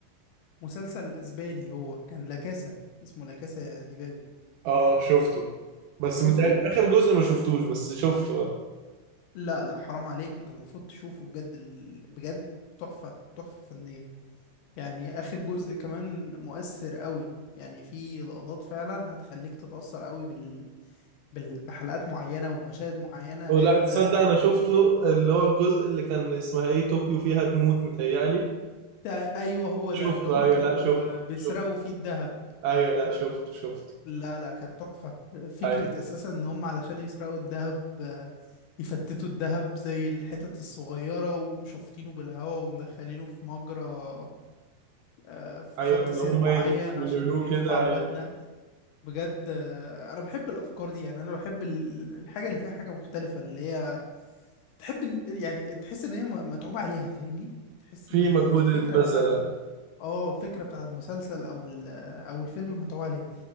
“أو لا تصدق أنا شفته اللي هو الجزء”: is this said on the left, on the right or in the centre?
Right